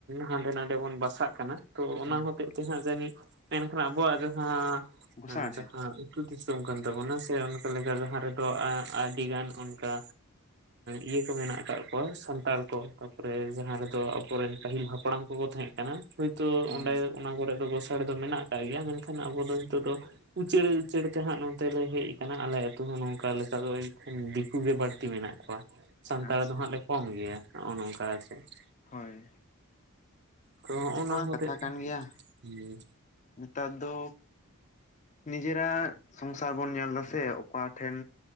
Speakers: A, on the right (about 50°); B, on the left (about 35°).
A: ᱦᱟᱸᱰᱮ ᱱᱟᱰᱮ ᱵᱚᱱ ᱵᱟᱥᱟᱜ ᱠᱟᱱᱟ। ᱛᱚ ᱚᱱᱟ
B: ᱦᱩᱸ
A: ᱦᱚᱛᱮᱡ ᱛᱮᱦᱟᱸᱜ ᱡᱟᱹᱱᱤᱡ, ᱢᱮᱱᱠᱷᱟᱱ ᱟᱵᱚᱣᱟᱜ ᱡᱟᱦᱟᱸ
B: ᱜᱚᱥᱟᱬ
A: ᱡᱟᱦᱟᱸ
B: ᱦᱮᱸ
A: ᱟᱛᱩ ᱫᱤᱥᱚᱢ ᱠᱟᱱ ᱛᱟᱵᱚᱱᱟ। ᱥᱮ ᱚᱱᱠᱟ ᱞᱮᱠᱟ ᱡᱟᱦᱟᱸ ᱨᱮᱫᱚ ᱟ ᱟᱹᱰᱤ ᱜᱟᱱ ᱚᱱᱠᱟ ᱤᱭᱟᱹ ᱠᱚ ᱢᱮᱱᱟᱜ ᱟᱠᱟᱫ ᱠᱚᱣᱟ, ᱥᱟᱱᱛᱟᱲ ᱠᱚ। ᱛᱟᱯᱚᱨᱮ ᱡᱟᱦᱟᱸ ᱨᱮᱫᱚ ᱟᱵᱚᱨᱮᱱ ᱯᱟᱹᱦᱤᱞ ᱦᱟᱯᱲᱟᱢ ᱠᱚᱠᱚ ᱛᱟᱦᱮᱸᱜ ᱠᱟᱱᱟ, ᱦᱳᱭᱛᱳ
B: ᱦᱳᱭ
A: ᱚᱸᱰᱮ ᱚᱱᱟ ᱠᱚᱨᱮ ᱫᱚ ᱜᱳᱥᱟᱲᱤ ᱫᱚ ᱢᱮᱱᱟᱜ ᱟᱠᱟᱜ ᱜᱮᱭᱟ। ᱢᱮᱱᱠᱷᱟᱱ ᱟᱵᱚ ᱫᱚ ᱱᱤᱛᱚᱜ ᱫᱚ ᱩᱪᱟᱹᱲ ᱩᱪᱟᱹᱲ ᱛᱮ ᱦᱟᱸᱜ ᱱᱚᱛᱮ ᱞᱮ ᱦᱮᱡ ᱟᱠᱟᱱᱟ। ᱟᱞᱮ ᱟᱛᱩ ᱦᱚᱸ ᱱᱚᱝᱠᱟ ᱞᱮᱠᱟ ᱫᱚ ᱮᱱᱠᱷᱟᱱ ᱫᱤᱠᱩ ᱜᱮ ᱵᱟᱹᱲᱛᱤ ᱢᱮᱱᱟᱜ ᱠᱚᱣᱟ। ᱥᱟᱱᱛᱟᱲ
B: ᱟᱪᱪᱷᱟ
A: ᱫᱚ ᱦᱟᱸᱜ ᱞᱮ ᱠᱚᱢ ᱜᱮᱭᱟ, ᱱᱚᱜᱼᱚ ᱱᱚᱝᱠᱟ ᱟᱨ ᱪᱮᱫ ᱾
B: ᱦᱳᱭ ᱾
A: ᱛᱚ ᱦᱚᱸᱜᱼᱚᱱᱟ ᱦᱚᱛᱮᱡ
B: ᱠᱟᱛᱷᱟ
A: ᱛᱮ
B: ᱠᱟᱱ ᱜᱮᱭᱟ
A: ᱦᱮᱸ।
B: ᱱᱮᱛᱟᱨ ᱫᱚ ᱱᱤᱡᱮᱨᱟᱜ ᱥᱚᱝᱥᱟᱨ ᱵᱚᱱ ᱧᱮᱞ ᱮᱫᱟ। ᱥᱮ ᱚᱠᱟ ᱴᱷᱮᱱ